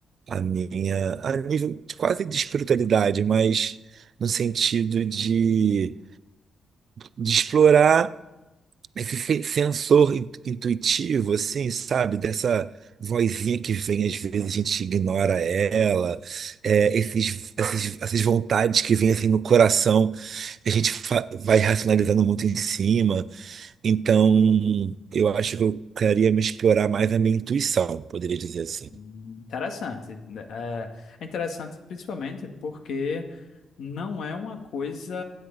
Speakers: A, on the right (about 50°); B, on the left (about 65°).
A: A minha, a nível de- quase de espiritualidade, mas no sentido de, de explorar. esse se- sensor in- intuitivo, assim, sabe? Dessa vozinha que vem, às vezes a gente ignora ela, é, esses, esses- essas vontades que vêm assim no coração, a gente fa- vai racionalizando muito em cima. Então, eu acho que eu queria me explorar mais a minha intuição, poderia dizer assim.
B: Hum, Interessante. né? É é interessante, principalmente porque. não é uma coisa,